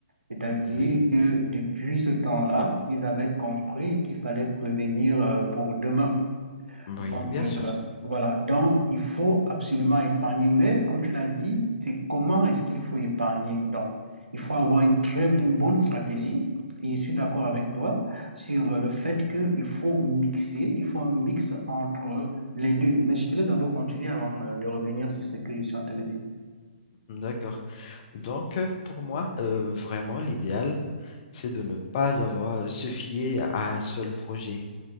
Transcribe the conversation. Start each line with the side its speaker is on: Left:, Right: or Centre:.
Right: C'est-à-dire
Left: Oui,
Right: que depuis ce temps-là, ils avaient compris qu'il fallait prévenir euh, pour demain.
Left: oui,
Right: Donc,
Left: bien
Right: euh,
Left: sûr.
Right: voilà. Donc, il faut absolument épargner. Mais comme tu l'as dit, c'est comment est-ce qu'il faut épargner. Donc, il faut avoir une très, une bonne stratégie. Et je suis d'accord avec
Left: Mhm,
Right: toi sur euh, le fait qu'il faut mixer, il faut un mix entre les deux. Mais je te laisse d'abord continuer avant euh, de revenir sur ce que je suis en train de dire.
Left: mhm. D'accord. Donc, euh, pour moi, euh, vraiment, l'idéal, c'est de ne pas avoir euh, se fier à un seul projet.